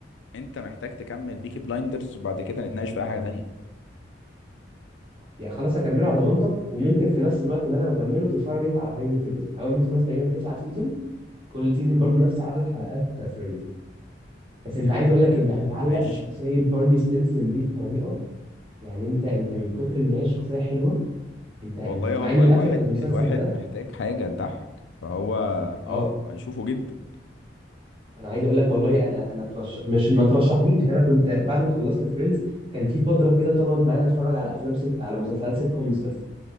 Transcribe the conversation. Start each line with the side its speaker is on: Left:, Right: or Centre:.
Left: انت محتاج تكمل بيكي بلايندرز وبعد كده نتناقش في اي حاجة تانية
Right: يعني خلاص اكمله على ضمانتك وممكن في نفس الوقت اللي انا بكمله تتفرج انت على هاي ميتر مثلا هاي ميتر مثلا تقريبا تسعة سيزون كل سيزون برضو نفس عدد حلقات فريندز بس انت
Left: يعني
Right: عايز اقول لك انت
Left: آه
Right: هتتعلق
Left: ماشي
Right: بشخصيه بارني ستينسون دي بطريقه يعني انت انت من كتر ان هي شخصيه حلوه انت انت
Left: والله
Right: مع
Left: هو
Right: ان القفله
Left: الواحد
Right: بتاعت المسلسل
Left: الواحد
Right: ده
Left: محتاج حاجة تضحك فهو اه
Right: اه
Left: اشوفه جدا
Right: انا عايز اقول لك والله انا انا ترش مش ما ترشحليش انا كنت بعد ما خلصت فريندز كان في فتره كده طلعت معايا اتفرج على افلام ست... على مسلسلات سيت كومز بس